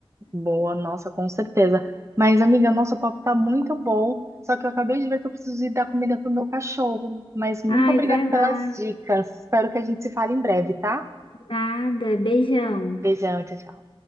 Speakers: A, on the right; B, on the left.
A: Boa, nossa, com certeza. Mas, amiga, nosso papo tá muito bom, só que eu acabei de ver que eu preciso ir dar comida pro meu cachorro. Mas muito
B: Ai,
A: obrigada
B: vai lá.
A: pelas dicas. Espero que a gente se fale em breve, tá?
B: Nada, beijão.
A: Beijão, tchau, tchau.